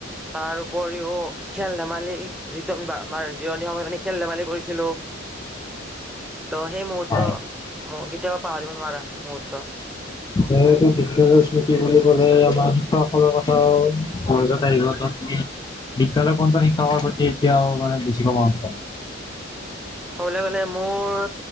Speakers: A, in the centre; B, on the left (about 20°).
A: তাৰ উপৰিও খেল ধে মালি যিটো আমি <unintelligible> আমাৰ জিৰণি সময়ত আমি খেল ধেমালি কৰিছিলো। ত সেই মুহূৰ্ত
B: হয়
A: ম কি কেতিয়াও পাহৰিব নোৱাৰা মূহু ত
B: এতিয়া বিদ্যালয়ৰ স্মৃতি বুলি কলে আমাৰ শিক্ষকসকলৰ কথাও মাজত আহিব ত তুমি বিদ্যালয়ৰ কোনজন শিক্ষকৰ প্ৰতি এতিয়াও মানে বেছি? <unintelligible>
A: ক'বলৈ গলে মোৰ